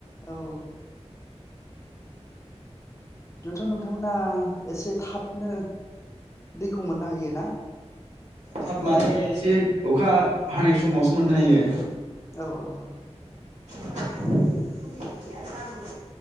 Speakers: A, on the left; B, on the right.
A: औ बिदिबाथ' नोंथांमोना एसे थाबनो दैखौ मोननो हायो ना?
B: थाब माने एसे अखा हानाय समावसो मोननो हायो।
A: औ औ
B: <unintelligible>